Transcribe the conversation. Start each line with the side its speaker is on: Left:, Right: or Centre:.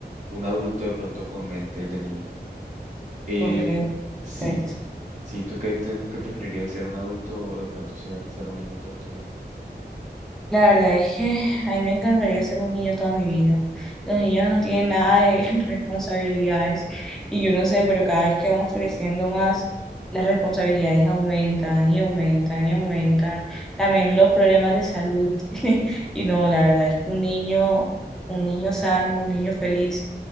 Right: un adulto de pronto con mente de niño. Eh,
Centre: Ok, perfecto.
Right: sí, sí, ¿tú qué, te- qué preferirías ser un adulto o de pronto ser, ser un niño toda tu vida?
Centre: La verdad es que a mí me encantaría ser un niño toda mi vida. Los niños no tienen nada de <laughs> responsabilidades y yo no sé, pero cada vez que vamos creciendo más, las responsabilidades aumentan y aumentan y aumentan. También los problemas de salud. <laughs> Y no, la verdad es que un niño, un niño sano, un niño feliz